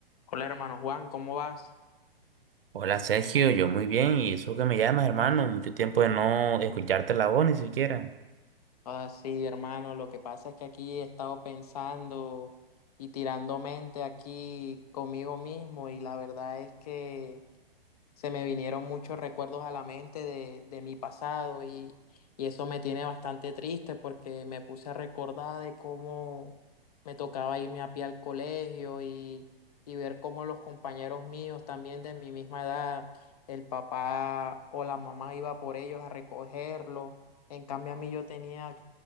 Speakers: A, on the left; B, on the right.
A: Hola hermano Juan, ¿cómo vas?
B: Hola Sergio, yo muy bien, y eso que me llamas, hermano, mucho tiempo de no escucharte la voz ni siquiera.
A: Ah, sí, hermano, lo que pasa es que aquí he estado pensando y tirando mente aquí conmigo mismo y la verdad es que se me vinieron muchos recuerdos a la mente de, de mi pasado y, y eso me tiene bastante triste porque me puse a recordar de cómo me tocaba irme a pie al colegio y, y ver cómo los compañeros míos también de mi misma edad, el papá o la mamá iba por ellos a recogerlo. En cambio a mí yo tenía,